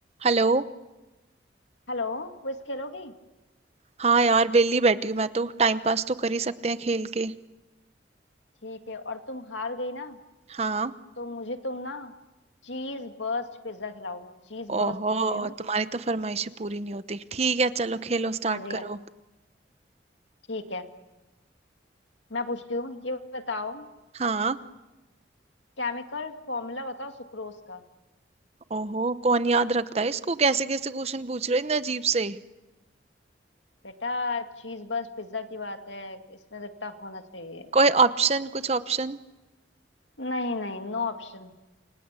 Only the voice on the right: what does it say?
Hello
हाँ यार वेली बैठी हूँ मैं तो टाइम पास तो कर ही सकते हैं खेल के
हाँ
ओहो
तुम्हारी तो फरमाइशें पूरी नहीं होती ठीक है चलो खेलो स्टार्ट
करो
हाँ
ओहो कौन याद रखता है इसको कैसे कैसे क्वेश्चन पूछ रहे हो इतने अजीब से
कोई ऑप्शन कुछ ऑप्शन